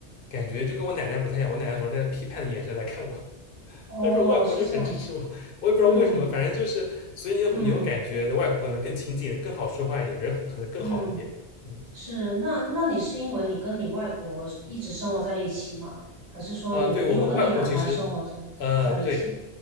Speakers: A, on the left; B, on the right.
A: 感觉就跟我奶奶不太一样，我奶奶总是带着批判的眼神来看我，<laughs>
B: 哦，
A: 但是我外婆就很支持我，
B: 是这样子，
A: 我也不知道为什么，
B: 嗯
A: 反正就是，所以你会你会感觉外婆可能更亲近，
B: 嗯。
A: 更好说话一点，人可能更好一点，
B: 嗯
A: 嗯。
B: 是，那那你是因为你跟你外婆一直生活在一起吗？还是说你你有跟你奶奶生活着在一起？
A: 啊，对，我跟我外婆其实，呃，对，